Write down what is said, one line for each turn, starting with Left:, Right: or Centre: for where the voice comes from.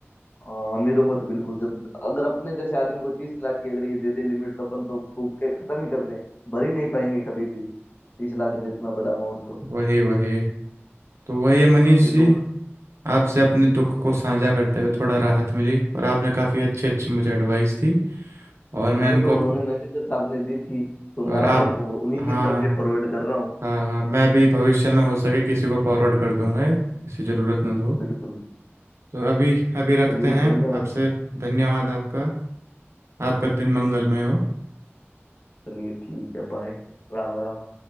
Left: हाँ, अमीरों को तो बिल्कुल जब अगर अपने जैसे आदमी को तीस लाख की अगर ये दे दे लिमिट तो अपन तो फूक के खत्म ही कर दें भर ही नहीं पाएंगे कभी भी तीस लाख जितना बड़ा अमाउंट तो
Right: वही वही तो वही है मनीष
Left: ये
Right: जी
Left: तो
Right: आपसे अपने दुख को साझा करते हुए थोड़ा राहत मिली और आपने काफ़ी अच्छी अच्छी मुझे एडवाइस दी और मैं
Left: मुझे
Right: इनको
Left: तो उन्होंने
Right: अप-
Left: मैनेजर साहब ने दी थी तो मैं
Right: और
Left: आप
Right: आप
Left: ही को उन्हीं
Right: हाँ
Left: की तरफ से फॉरवर्ड कर रहा हूँ
Right: हाँ हाँ मैं भी भविष्य में हो सके किसी को फॉरवर्ड कर दूंगा ये, किसी ज़रूरतमंद को
Left: बिल्कुल
Right: तो अभी
Left: बिल्कुल
Right: अभी रखते
Left: चलिए
Right: हैं
Left: धन्यवाद
Right: आपसे धन्यवाद आपका आपका दिन मंगलमय
Left: बिल्कुल
Right: हो
Left: चलिए ठीक है बाय राम राम